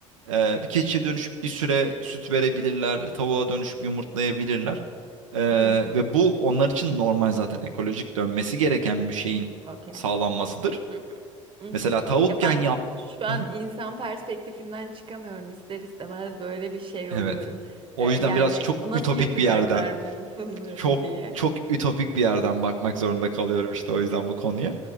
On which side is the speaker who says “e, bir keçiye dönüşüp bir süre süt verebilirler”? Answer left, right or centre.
Right